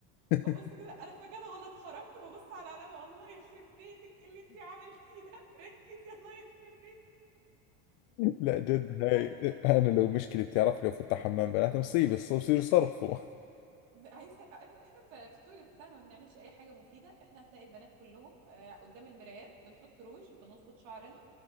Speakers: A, on the left; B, on the right.
A: <laughs>
B: ببص كده انا في مكان غلط خرجت ببص على العلامه الله يخرب بيتك إيه اللي انت عملتيه ده ركزي الله يخرب
A: لا جد هاي
B: بيتك
A: انا لو مشكلة بتعرف لو فتح حمام بنات مصيبة الص- بصير يصرخوا
B: عايز احنا في في التويليت بتاعنا ما بنعملش اي حاجه مفيده احنا هتلاقي البنات كلهم آه، قدام المرايات بنحط روج بنظبط شعرنا